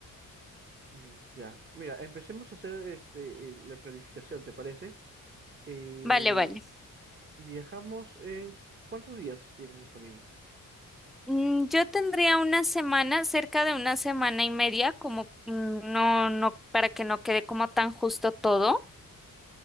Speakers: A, on the right (about 35°); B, in the centre.
A: Mm, Ya, mira, empecemos a hacer este, eh, la planificación, ¿te parece? Eh,
B: Vale, vale.
A: viajamos en... ¿Cuántos días tienes disponibles?
B: Mm, Yo tendría una semana, cerca de una semana y media, como mm, no, no, para que no quede como tan justo todo.